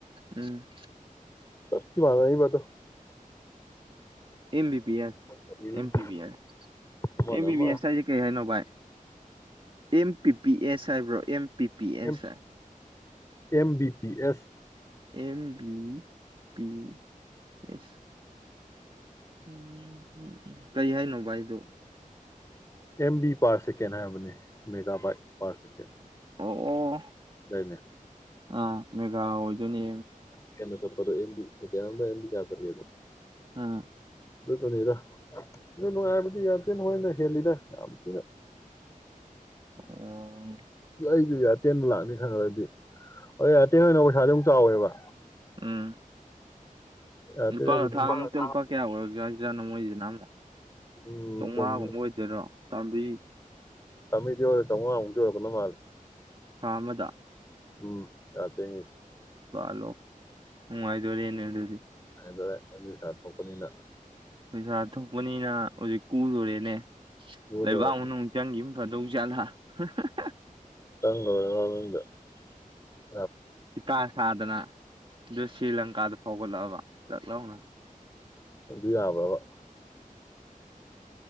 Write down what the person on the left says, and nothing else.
ꯁꯀꯤꯃꯅꯕꯠꯇ
ꯇꯧꯕꯤꯔꯤꯁꯦ
ꯑꯃꯅ
ꯑꯃ
M
M B P S
ꯑꯦꯝ ꯕꯤ ꯄꯥꯔ ꯁꯦꯀꯦꯟ ꯍꯥꯏꯕꯅꯤ ꯃꯦꯒꯥ ꯄꯥꯔ ꯁꯦꯀꯦꯟ
ꯑꯗꯥꯏꯅꯦ
ꯀꯩꯅꯣ ꯁꯄꯔꯕꯤ ꯀꯌꯥꯅꯗꯤ ꯀꯌꯥ ꯁꯔ ꯑꯗꯨ
ꯑꯗꯨ ꯇꯅꯤꯗ ꯑꯗꯨꯅꯅꯨꯡ ꯗꯤ ꯌꯥ ꯊꯅ ꯍꯣꯏꯅ ꯍꯦꯜꯂꯤꯗ ꯌꯥꯝꯝ ꯊꯗ
ꯑꯩꯁꯨ ꯌꯥ ꯑꯔꯇꯦꯟꯗ ꯂꯥꯛꯅꯤ ꯈꯪꯉꯒꯗꯤ ꯑ ꯑꯔꯇꯦꯟ ꯑꯣꯏꯅ ꯄꯩꯁꯥꯁꯨꯣ ꯌꯥꯝ ꯆꯥꯎꯋꯦꯕ
ꯑꯇꯩ
ꯑꯗꯨ
ꯑꯗꯨꯝ
ꯎꯝ
ꯀꯃꯤꯗꯤ ꯑꯣꯏ ꯁꯃ ꯑꯃꯛꯇ ꯑꯣꯏꯔ ꯀꯅ ꯃꯥꯜꯦ
ꯎꯝ ꯗꯥꯇꯦ
ꯗꯔꯦ ꯑꯦꯝꯌꯨꯁꯥ ꯊꯣꯛꯄꯅꯤꯅ
ꯄꯨꯗꯣꯔꯦ
<unintelligible>
ꯑꯗꯨ ꯌꯥꯕ꯭ꯔꯕ